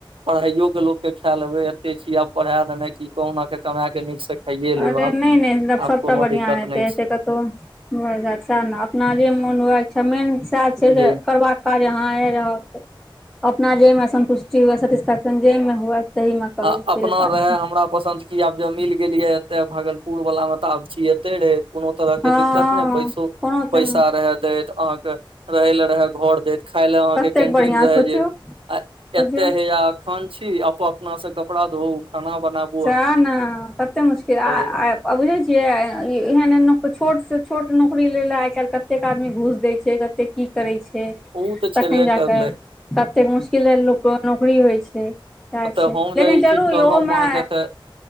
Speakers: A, on the right (about 80°); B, in the centre.
A: पढ़ाइयो के लोक के ख्याल अबे एते छी आब पढ़ा देना कि कहुना के कमा के नीक से खाइये लेब
B: अरे
A: आब
B: नहि नहि सभटा
A: आब कोनो
B: बढ़िआँ
A: दिक्कत
B: हेतै
A: नहि
B: एत
A: छै
B: कतहु हो जात सएह ने अपना जे मोन हुए इच्छा मेन सएह छै जे
A: जी
B: करबाक यहाँ रह अपना जाहिमे सन्तुष्टि हुए सेटिस्फेक्शन जाहिमे हुए तहीमे करू
A: अपना
B: से बात
A: रहे
B: छै
A: हमरा पसन्द क आब जब मिल गेलिये एते भागलपुर वाला मे तऽ आब छीिय एते रहे कोनो तरह के
B: हँ
A: दिक्कत नहि पैसो
B: कोनो
A: पैसा
B: तऽ
A: रहे दैत अहाँके रहै ले रहे घर देैत खाय ले अहाँके
B: कतेक
A: कैंटीन
B: बढ़िआँ
A: रहे
B: सोचू
A: जे आ
B: बुझियौ
A: एते हे या खन छी अप अपना से कपड़ा धो खाना बनाब
B: सह ने कतेक मुश्किल आ
A: या
B: आ आ बुझै छियै एहन एहन न छोटसँ छोट नौकरी लै लए आइ काल्हि कतेक आदमी घुस दै छै कत तऽ की करै छै
A: ओ तऽ छेबे
B: तखन जा
A: करलै
B: कऽ कतेक मुश्किल लोकके नौकरी होइ छै चै
A: तऽ
B: छै
A: हम
B: लेकिन
A: जे ई
B: चलू
A: चीज कहलहुँ
B: ओहोमे
A: माँ के तऽ